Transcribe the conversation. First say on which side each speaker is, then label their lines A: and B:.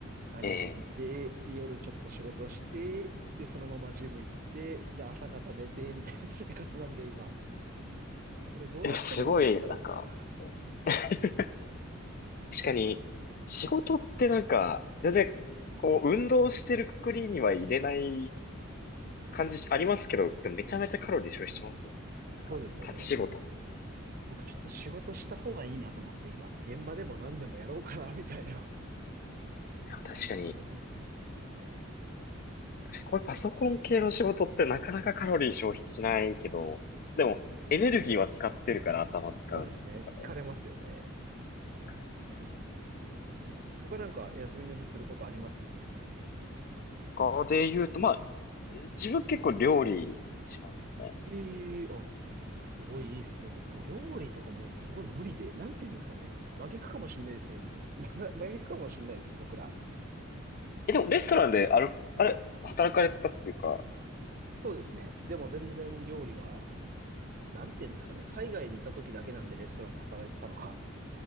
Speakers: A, on the right; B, on the left.
A: アニメ見て、
B: ええ
A: で、夜ちょっと仕事して、で、そのままジム行って、で、朝方寝て、みたいな生活なんで今。これどうやったら痩せんだろうみたいな。
B: でもすごい、なんか、うん <laughs> 確かに、仕事ってなんか、全然、こう、運動してるくくりには入れない感じしありますけど、でもめちゃめちゃカロリー消費しますよね。なんか、
A: そうですよね。
B: 立ち仕事。
A: だから、僕ちょっと仕事した方がいいなと思って今、現場でも何でもやろうかな、みたいな
B: いや、確かに、
A: 感じに思ってるんですよね。
B: 確かにこういうパソコン系の仕事ってなかなかカロリー消費しないけど、でもエネルギーは使ってるから頭使うのにとかで
A: そうですね。疲れますよね。
B: 買えますよね。
A: 確かに、確かに。他なんか休みの日することあります
B: 他で言うと、まあ、自分結構料理しますね。
A: ええあ、すごいいいですね。僕もう料理とかもうすごい無理で、なんて言うんですかね。真逆かもしれないですけど、<laughs> ま真逆かもしれないですね、僕ら。
B: え、でもレストランである、あれ、働かれたっていうか、
A: そうですね。でも全然料理は、なんて言うんですかね。海外にいた時だけなんでレストランで働いてたのが、